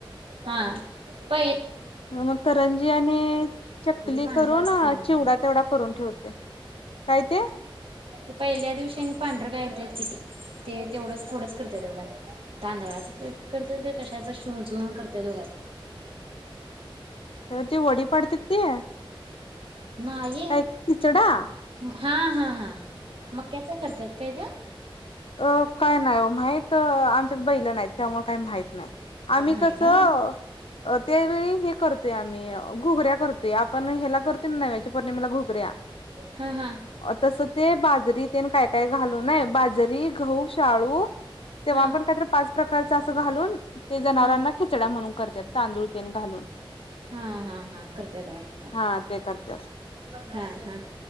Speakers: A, on the right; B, on the left.
A: हा पै.
B: मग करंजी आणि चकली
A: पांढरा
B: करून,
A: असते बघा
B: चिवडा
A: ते
B: तेवढा करून ठेवतोय. काय ते
A: ते पहिल्या दिवशीन पांढरं कारत्याती ते तेवढंच थोडंच करत्यात बघा ते तांदळाच पीठ करत्यात काय कशाच शिजवून करत्यात बघायच.
B: हो ती वडी पडतात ती
A: नाही
B: काय खिचडा
A: हा हा हा मक्याच्या करत्यात काय त्या.
B: अं काय नाय ओ माहित आमच्यात बैलं न्हाइत त्यामुळे काय माहित नाही आम्ही
A: नाही
B: कस
A: का
B: अं त्यावेळी हे कर ते आम्ही घुगऱ्या करतोय आपण ह्याला करतो ना नव्याच्या पौर्णिमेला घुगऱ्या.
A: हा हा हा
B: तस ते बाजरी तेेन काय काय घालून बाज जरी, गहु, शाळू तेव्हा
A: हा
B: पण काहीतरी पाच प्रकारच असं घालून ते जनावरांना
A: हा
B: खिचडा म्हणून करत्यात. तांदूळतेन घालून.
A: हां हां हां करत्यात वाढत.
B: हा ते करत्यात
A: हां हां.